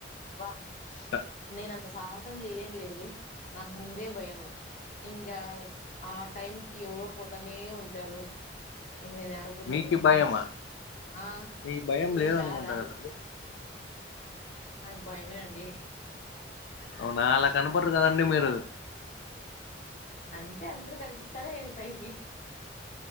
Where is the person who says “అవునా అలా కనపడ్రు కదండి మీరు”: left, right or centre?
Left